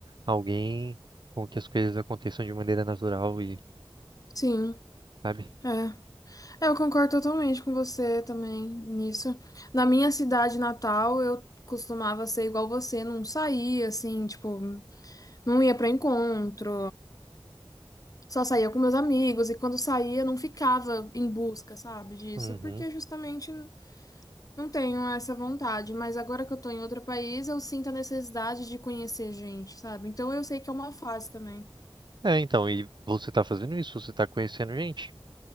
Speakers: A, on the right; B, on the left.
A: alguém com que as coisas aconteçam de maneira natural e,
B: Sim,
A: sabe?
B: é É, Eu concordo totalmente com você também nisso. Na minha cidade natal, eu costumava ser igual você, não saía assim, tipo, não ia pra encontro, só saía com meus amigos e quando saía não ficava em busca, sabe, disso,
A: Uhum.
B: porque justamente não tenho essa vontade, mas agora que eu tô em outro país, eu sinto a necessidade de conhecer gente, sabe? Então eu sei que é uma fase também.
A: É, então, e você tá fazendo isso, você tá conhecendo gente.